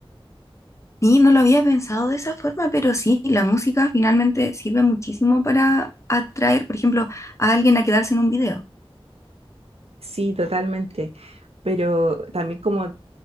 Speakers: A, on the left (about 30°); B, on the right (about 85°).
A: Sí, no lo había pensado de esa forma, pero sí, la música finalmente sirve muchísimo para atraer, por ejemplo, a alguien a quedarse en un video.
B: Sí, totalmente. Pero también como